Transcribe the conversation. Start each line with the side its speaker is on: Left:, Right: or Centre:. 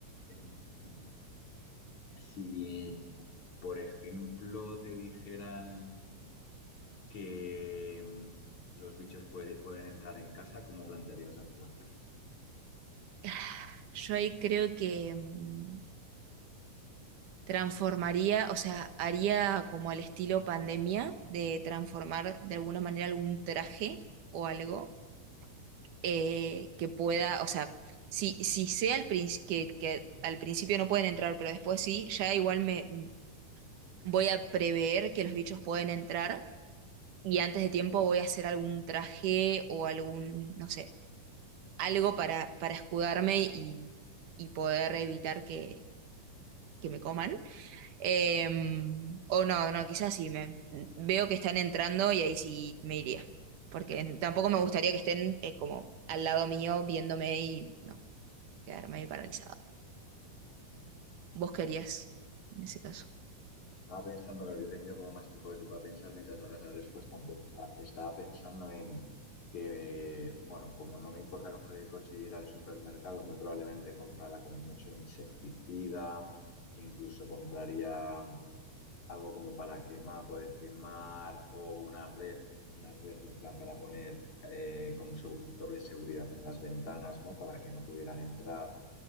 Left: Em, si, por ejemplo, te dijeran que em, los bichos puede- pueden entrar en casa, ¿cómo plantearías la situación?
Right: <sighs> yo ahí creo que mm, transformaría, o sea, haría como al estilo pandemia de transformar de alguna manera algún traje o algo eh, que pueda, o sea, si, si sea al princi- que, que al principio no pueden entrar, pero después sí, ya igual me m- voy a prever que los bichos pueden entrar y antes de tiempo voy a hacer algún traje o algún, no sé, algo para, para escudarme y, y poder evitar que que me coman. Eh, o no, no, quizás sí, me, veo que están entrando y ahí sí me iría. Porque tampoco me gustaría que estén eh, como al lado mío viéndome y no, quedarme ahí paralizado.
Left: Ujú.
Right: ¿Vos querías en ese caso?
Left: Estaba pensando, claro, yo he tenido como más tiempo que tú para pensar mientras dabas la respuesta. Entonces, esta- estaba pensando en que, bueno, como no me importa coger el coche y ir al supermercado, muy probablemente comprara como mucho insecticida, incluso compraría. algo como para quemar, poder quemar o una red, una red en plan para poner eh, como segu- doble seguridad en las ventanas, ¿no? Para que no pudieran entrar